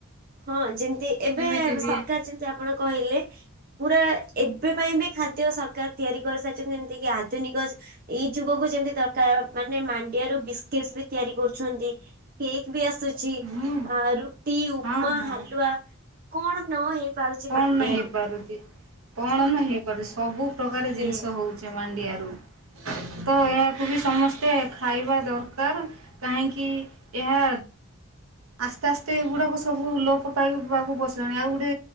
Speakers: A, on the right; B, on the right.
A: ହଁ ଯେମତି ଏବେ
B: ସେମିତି ବି
A: ସରକାର ଯେମିତି ଆପଣ କହିଲେ ପୁରା ଏବେ ପାଇଁ ବି ଖାଦ୍ୟ ସରକାର ତିଆରି କରିସାରିଛନ୍ତି ଯେମିତି କି ଆଧୁନିକ ଏଇ ଯୁଗକୁୁ ଯେମିତି ଦରକାର ମାନେ ମାଣ୍ଡିଆରୁ ବିସ୍ କେଶ୍ ବି ତିଆରି କରୁଛନ୍ତି କେକ୍ ବି ଆସୁଛି
B: ହୁଁ
A: ଆ ରୁଟି ଉ
B: ହଁ ହଁ।
A: ବା କଣ ନ ହେଇ ପାରୁଛି
B: କନ
A: ମାଣ୍ଡିଆରୁ
B: ହେଇ ପାରୁଛି? କଣ ନ ହେଇପାରୁଚି ସବୁ ପ୍ରକାର
A: ସେ
B: ଜିନିଷ ହଉଛି ମାଣ୍ଡିଆରୁ।
A: ହଁ
B: ତ ଏହାକୁ ବି ସମସ୍ତେ ଖାଇବା ଦରକାର କାହିଁକି ଏହା ଆସ୍ତେ ଆସ୍ତେ ଏଗୁଡ଼ାକ ସବୁ ଲୋପ ପାଇକ ବାକୁ ବସିଲାଣି ଆଉ ଗୋଟେ